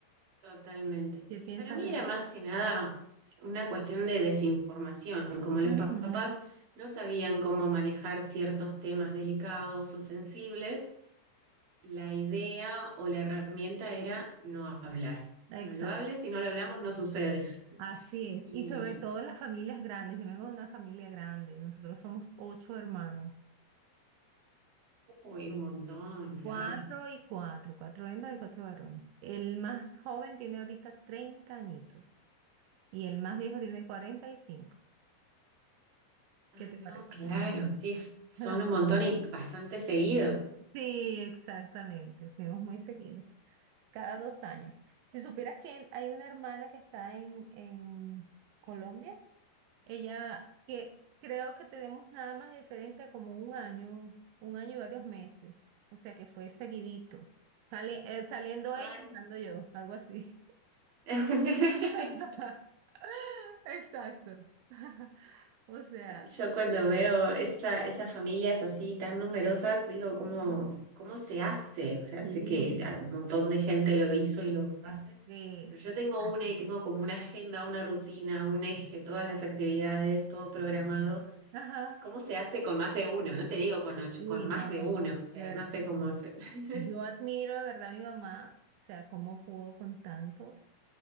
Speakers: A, on the right (about 50°); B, on the right (about 80°).
A: Totalmente.
B: ¿Qué
A: Sí,
B: piensas
A: para mí
B: de
A: era
B: eso?
A: más que nada una cuestión de desinformación, como los
B: Ujú,
A: papás no sabían cómo manejar ciertos temas delicados o sensibles. la idea o la herramienta era no hablar.
B: Exacto.
A: No lo hables, si no lo hablamos no sucede.
B: Así es,
A: Y,
B: y sobre todo en las familias grandes. Yo vengo de una familia grande, nosotros somos ocho hermanos,
A: uy, un montón, claro.
B: cuatro y cuatro, cuatro hembras y cuatro varones. El más joven tiene ahorita 30 añitos y el más viejo tiene 45.
A: Ah,
B: ¿Qué te
A: no,
B: parece?
A: claro, sí, son
B: <laughs>
A: un montón y bastante seguidos.
B: Sí, exactamente, fuimos muy seguidos, cada dos años. Si supieras que hay una hermana que está en, en Colombia, Ella, que creo que tenemos nada más de diferencia como un año, un año y varios meses. O sea que fue seguidito. Sale, eh, saliendo
A: Ay.
B: ella, entrando yo, algo así.
A: <laughs>
B: <laughs> Exacto. <laughs> O sea,
A: Yo cuando veo esa, esas familias así tan numerosas, digo, ¿cómo,
B: Mm.
A: cómo se hace? O sea,
B: sí,
A: sé que un montón de gente lo hizo y lo hace,
B: sí,
A: pero yo
B: exacto.
A: tengo una y tengo como una agenda, una rutina, un eje, todas las actividades, todo programado.
B: Ajá.
A: ¿Cómo se hace con más de uno? No te digo con ocho,
B: Uy,
A: con más
B: no,
A: de uno. O sea,
B: de verdad
A: no sé cómo hacer. <laughs>
B: Yo admiro de verdad a mi mamá, o sea, cómo pudo con tantos